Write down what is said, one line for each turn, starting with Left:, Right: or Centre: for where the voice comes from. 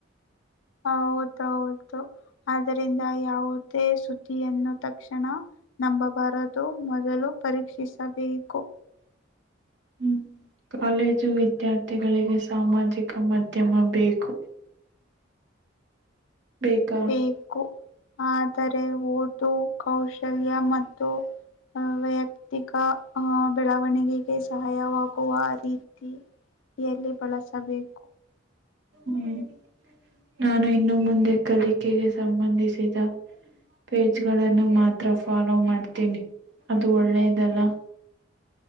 Left: ಹೌದೌದು ಆದರಿಂದ ಯಾವುದೇ ಸುದ್ದಿಯನ್ನು ತಕ್ಷಣ ನಂಬಬಾರದು ಮೊದಲು ಪರೀಕ್ಷಿಸಬೇಕು <unintelligible>
Right: ಹ್ಮ್ ಕಾಲೇಜು ವಿದ್ಯಾರ್ಥಿಗಳಿಗೆ ಸಾಮಾಜಿಕ ಮಾಧ್ಯಮ ಬೇಕು ಬೇಕಾ
Left: ಬೇಕು ಆದರೆ ಓದು ಕೌಶಲ್ಯ ಮತ್ತು ವೈಯಕ್ತಿಕ ಆಹ ಬೆಳವಣಿಗೆಗೆ ಸಹಾಯವಾಗುವ ರೀತಿ ಎಲ್ಲಿ ಬಳಸಬೇಕು
Right: ಹ್ಮ್ ನಾನು ಇನ್ನು ಮುಂದೆ ಕಲಿಕೆಗೆ ಸಂಬಂಧಿಸಿದ ಪೇಜ್ಗಳನ್ನು ಮಾತ್ರ ಹತ್ರ ಫಾಲೋ ಮಾಡ್ತೀನಿ ಅದು ಒಳ್ಳೆದಲ್ಲ